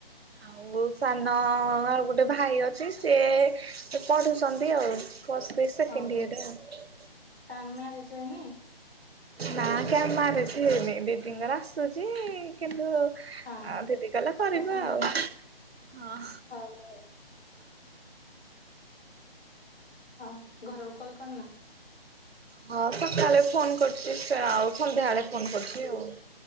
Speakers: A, on the right; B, on the left.
A: ଆଉ ସାନ ଆଉ ଗୋଟେ ଭାଇ ଅଛି ସିଏ ସେ ପଢୁଛନ୍ତି ଆଉ। ପ୍ଲସ ଥ୍ରି ସେକେଣ୍ଡ
B: ହଁ ହଁ
A: ଇୟର ଏଇଟି ଆଉ।
B: ତାର ମ୍ୟାରେଜ୍ ହେଇନି?
A: ନା କାଇଁ ମ୍ୟାରେଜ ହେଇନି। ଦିଦିଙ୍କର ଆସୁଚି କିନ୍ତୁ
B: ହଁ
A: ଆ ଦିଦି କଲା କରିବା
B: ପସନ୍ଦ
A: ଆଉ
B: ହଉନି
A: ହଁ
B: ହଉ ଆଉ। ଆଉ ଘରକୁ କଲ୍ କରିନ?
A: ହଁ ସକାଳେ ଫୋନ କରୁଚି। ସେ ଆଉ ସନ୍ଧ୍ୟାବେଳେ ଫୋନ କରୁଚି ଆଉ।